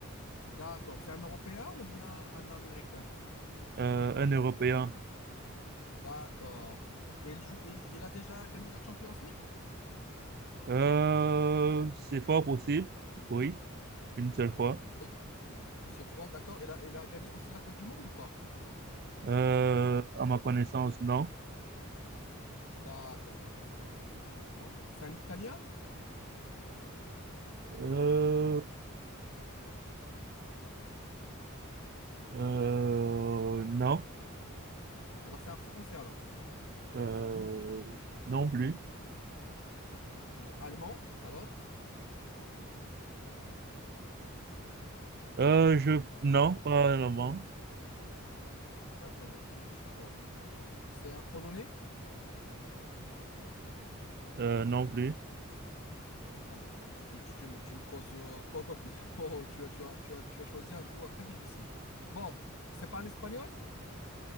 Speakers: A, on the left; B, on the right.
A: D'accord. C'est un Européen ou bien un Américain?
B: euh, un Européen.
A: D'accord. Et il joue... et- il a déjà gagné la Champions League?
B: Euh, c'est fort possible, oui, une seule fois.
A: Oui, une seule fois. D'accord. Il a... il a gagné aussi la Coupe du Monde ou pas?
B: Euh, à ma connaissance, non.
A: D'accord, d'accord. Il n'a pas gagné la Coupe du Monde. C'est un Italien?
B: Euh, euh, non,
A: Alors, c'est un Français alors.
B: euh, non plus.
A: Euh, Allemand? Alors?
B: Euh, je, non,
A: Pas-
B: pas vraiment.
A: D'accord. Je... je- oh. C'est un Polonais?
B: Euh, non plus.
A: Oh, tu, tu me, tu me causes. euh, <laughs> oh, oh, tu as, tu as, tu as, tu as choisi un joueur très difficile. Bon, c'est pas l'espagnol?